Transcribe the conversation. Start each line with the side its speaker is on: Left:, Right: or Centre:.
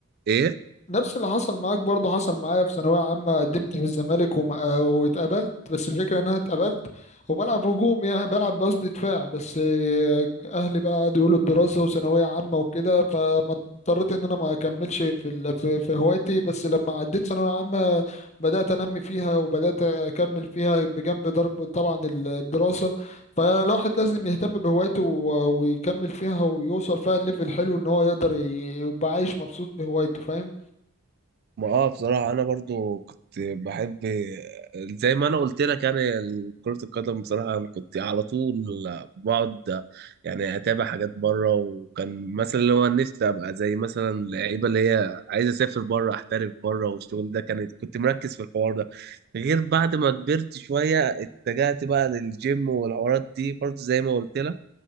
Right: ايه
Left: نفس اللي حصل معاك برضه حصل معايا في ثانوية عامة قدمت في الزمالك وما... واتقبلت بس الفكرة ان انا اتقبلت وبلعب هجوم يعني بلعب قصدي دفاع بس آه، اهلي بقى قعدوا يقولوا الدراسة وثانوية عامة وكده فما اضطريت ان انا ما اكملش في ال... في في هوايتي بس لما عديت ثانوية عامة بدأت انمي فيها وبدأت اكمل فيها بجنب ضرب طبعا الدراسة فالواحد لازم يهتم بهوايته و- ويكمل فيها ويوصل فيها الليفل الحلو ان هو يقدر ي- يبقى عايش مبسوط بهوايته فاهم
Right: ما اه بصراحة أنا برضو كنت بحب زي ما أنا قلت لك يعني كرة القدم بصراحة أنا كنت على طول بقعد يعني أتابع حاجات بره وكان مثلا اللي هو نفسي أبقى زي مثلا اللعيبة اللي هي عايزة أسافر بره أحترف بره والشغل ده كانت كنت مركز في الحوار ده غير بعد ما كبرت شوية اتجهت بقى للجيم والحوارات دي برضو زي ما قلت لك